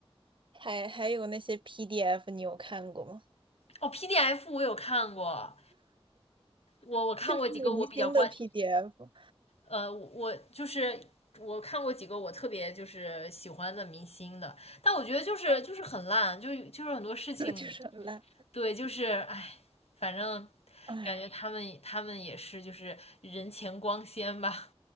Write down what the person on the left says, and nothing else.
哦，PDF 我有看过，我我看过几个我比较关，
呃，我就是我看过几个我特别就是喜欢的明星的，但我觉得就是就是很烂，
就就是很多事情，
对，就是哎，反正
感觉他们他们也是就是人前光鲜吧。